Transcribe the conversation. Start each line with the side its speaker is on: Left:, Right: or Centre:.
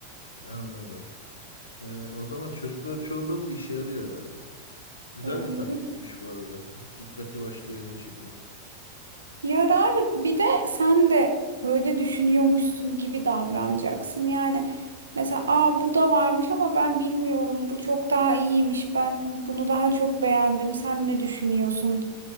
Left: Anladım. Yani o zaman çocukların çoğunda bu işe yarıyor herhalde. Güzel
Right: E,
Left: bir taktikmiş bu arada. Dikkati başka yöne çekmek.
Right: Yarar bir de sen de öyle düşünüyormuşsun gibi davranacaksın. Yani mesela aa bu da varmış ama ben bilmiyorum bu çok daha iyiymiş ben bunu daha çok beğendim sen ne düşünüyorsun